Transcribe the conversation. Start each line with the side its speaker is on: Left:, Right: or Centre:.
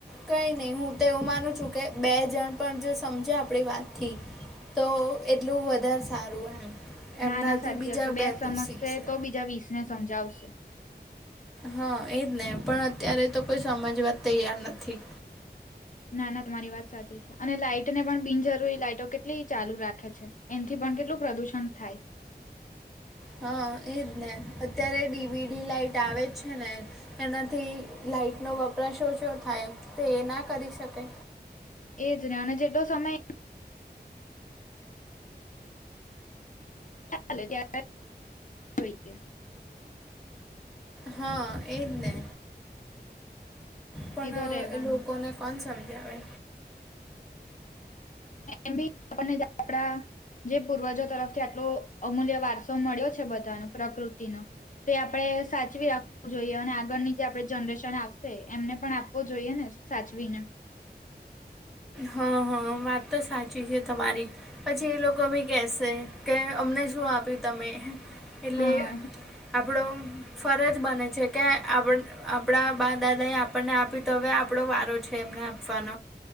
Centre: કઈ નહી, હું તો એવું માનું છું, કે બે જણ પણ જો સમજે આપડી વાતથી. તો, એટલું વધારે સારું.
Left: ના,
Centre: એમનાથી
Left: ના, સાચી
Centre: બીજા
Left: વાત છે, બે સમજશે
Centre: શીખશે
Left: તો, બીજા વીસ ને સમજાવશે.
Centre: હા, એજ ને, પણ અત્યારે તો કોઈ સમજવા તૈયાર નથી.
Left: ના, ના, તમારી વાત સાચી છે, અને લાઈઇટ ને પણ બિનજરૂરી લાઈટો કેટલી ચાલુ રાખે છે. એનથી પણ કેટલું પ્રદુષણ થાય.
Centre: હા, એજ ને, અત્યારે ડીવીડી લાાઈટ આવે જ છે ને. એનાથી લાાઈટનો વપરાશ શો શો થાય? તો એ ના કરી શકે.
Left: એજ ને, અને જેટલો સમય. ા ત <unintelligible>
Centre: હા, એજ ને, પણ
Left: એ તો રહેવાનું
Centre: લોકોને કોન સમજાવે.
Left: એ બી આપણને આપડા જે પૂર્વજો તરફથી આટલો અમૂલ્ય વારસો મળ્યો. છે, બધા ની પ્રકૃતિ ને. તે આપણે સાચવી રાખવું જોઈએ, અને આગળની જે આપણે જનરેશન આવશે, એમને પણ આપવો જોઈએ ને. સાચવી.
Centre: હા, હા, વાત તો સાચી છે તમારી. પછી એ લોકો કેસે કે, અમને શું આપ્યું તમે. એટલે
Left: હા
Centre: આપણો. ફરજ બને છે, કે આપણા બા-દાદા એ આપણને આપ્યું તો, હવે આપડો વારો છે, એમને આપ ફોન.